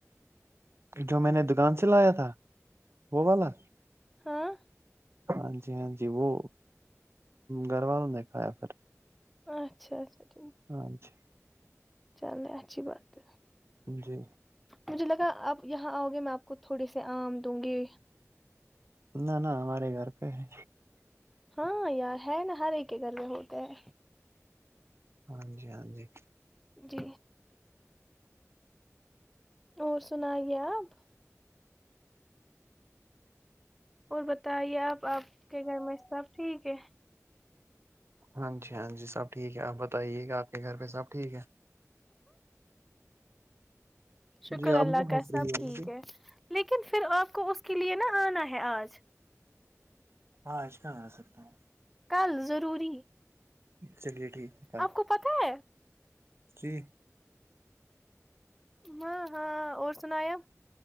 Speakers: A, on the right; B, in the centre.
A: جو میں نے دکان سے لایا تھا وہ والا
B: ہاں
A: ہاں جی ہاں جی وہ گھر والوں نے کھایا پھر
B: اچھا اچھا ٹھیک
A: ہاں جی
B: چلے اچھی بات ہے
A: جی
B: مجھے لگا آپ یہاں آؤ گے میں آپ کو تھوڑے سے آم دوں گی
A: نہ نہ ہمارے گھر پے ہے
B: ہاں یار ہے نا ہر ایک کے گھر کے ہوتے ہیں
A: ہاں جی ہاں جی
B: جی اور سنایے آپ اور بتائیے آپ آپ کے گھر میں سب ٹھیک ہے
A: ہاں جی ہاں جی سب ٹھیک ہے آپ بتائیے گا آپ کے گھر پے سب ٹھیک ہے
B: شکر
A: جی آپ
B: اللہ
A: کیوں پھنس
B: کا سب
A: رہی
B: ٹھیک
A: مجھے
B: ہے لیکن پھر آپ کو اس کے لیے نا آنا ہے آج
A: ہاں کہا آسکتا ہوں
B: کل ضروری ہے
A: چلیے ٹھیک کل
B: آپ کو پتہ ہے
A: جی
B: ہاں ہاں اور سناے آپ